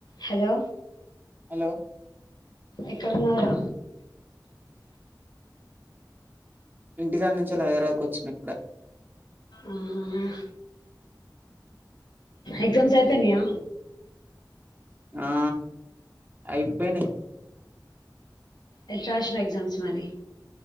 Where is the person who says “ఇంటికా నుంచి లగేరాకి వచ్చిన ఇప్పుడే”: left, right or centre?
Right